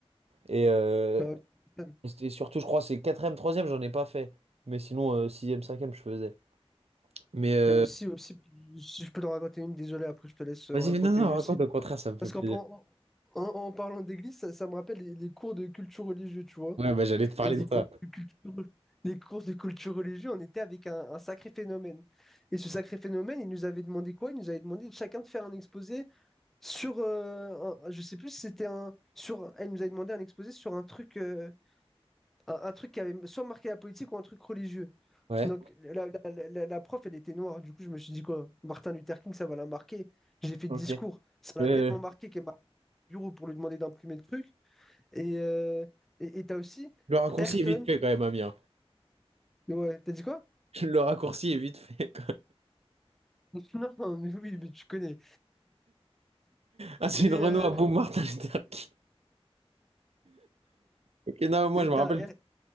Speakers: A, on the right; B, in the centre.
A: Et, euh,
B: Bah, ouais, tu m'étonnes.
A: et surtout, je crois, c'est quatrième, troisième, j'en ai pas fait. Mais sinon, euh, sixième, cinquième, je faisais. Mais euh,
B: Et aussi, aussi, si je peux t'en raconter une, désolé, après je te laisse euh,
A: vas-y,
B: raconter
A: mais non, non,
B: une
A: raconte,
B: aussi.
A: au contraire, ça me fait
B: Parce
A: plaisir.
B: qu'en en, en- en parlant d'église, ça, ça me rappelle les, les cours de culture religieuse, tu vois.
A: Ouais, bah j'allais te parler
B: Et les
A: de
B: cours
A: ça.
B: de culture, les cours de culture religieuse, on était avec un, un sacré phénomène. Et ce sacré phénomène, il nous avait demandé quoi? Il nous avait demandé chacun de faire un exposé sur, euh, un- je sais plus si c'était un, sur, elle nous avait demandé un exposé sur un truc. euh, un, un truc qui avait soit marqué la politique ou un truc religieux.
A: Ouais.
B: Donc la, la- la- la- la prof, elle était noire. Du coup, je me suis dit quoi, Martin Luther King, ça va la marquer. J'ai fait
A: Ok.
B: le discours. Ça l'a
A: Euh,
B: tellement marqué qu'elle m'a appelé au bureau pour lui demander d'imprimer le truc. Et euh, et, et t'as aussi
A: le raccourci
B: Ayrton.
A: est vite fait quand même, Amir.
B: Ouais, t'as dit quoi?
A: <laughs> Le raccourci est vite fait.
B: <laughs> Non, mais oui, mais tu connais.
A: Ah, c'est
B: Et
A: une Renault
B: euh,
A: à boum Martin Luther King. Ok, non, moi
B: et
A: je
B: t'as
A: me rappelle.